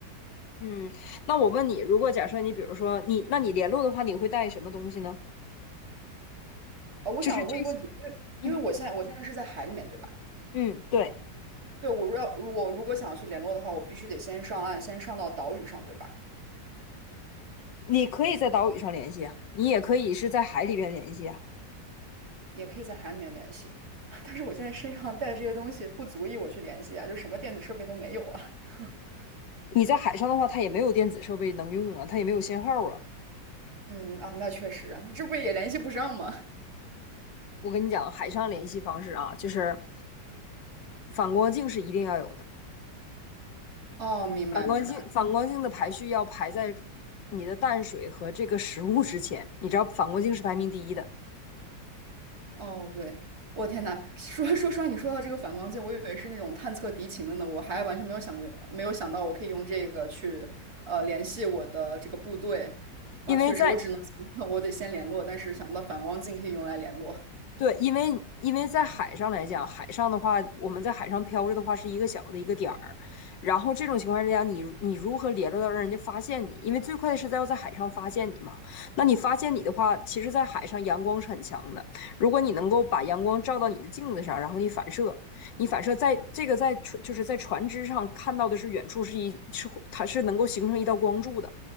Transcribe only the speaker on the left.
嗯，那我问你，如果假设你比如说你，那你联络的话，你会带什么东西呢？
就是这些。
嗯
嗯，对，
你可以在岛屿上联系啊，你也可以是在海里边联系啊。
你在海上的话，它也没有电子设备能用啊，它也没有信号啊。
我跟你讲，海上联系方式啊，就是反光镜是一定要有的。
反光镜，反光镜的排序要排在你的淡水和这个食物之前。你知道反光镜是排名第一的，
因为在
对，因为因为在海上来讲，海上的话，我们在海上漂着的话是一个小的一个点儿，然后这种情况之下你你如何联络到让人家发现你？因为最快的是在要在海上发现你嘛。那你发现你的话，其实，在海上阳光是很强的，如果你能够把阳光照到你的镜子上，然后你反射，你反射在这个在船就是在船只上看到的是远处是一是它是能够形成一道光柱的。